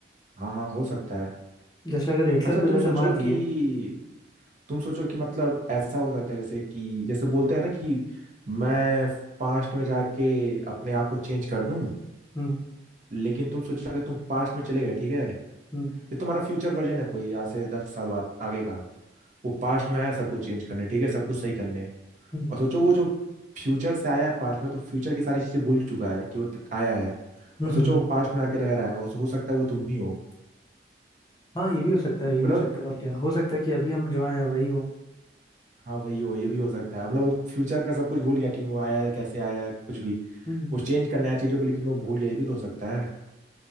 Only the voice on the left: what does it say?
जैसे अगर हिटलर
को
जाकर
मार दिए
हम्म
हम्म
हम्म
हम्म
हम्म, हम्म।
हम्म।
हाँ ये भी हो सकता है ये भी
हो सकता है और क्या हो सकता है कि अभी हम जो आए हैं वही हो
हम्म, हम्म।